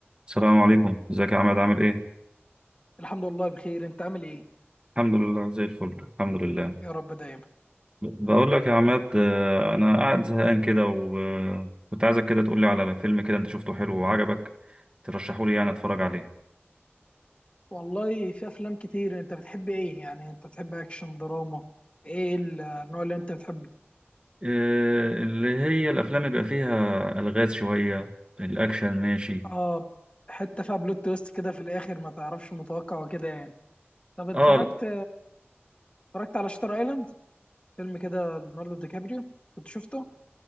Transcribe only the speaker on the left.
الحمد لله بخير انت عامل ايه
يا رب دايما
والله في افلام كتير انت بتحب ايه يعني انت بتحب اكشن دراما ايه ال- النوع اللي انت بتحبه
اه حتة فيها بلوت تويست كده في الاخر ما تعرفش متوقع وكده يعني طب اتفرجت
اتفرجت على شاتر ايلاند فيلم كده ليوناردو دي كابريو كنت شفته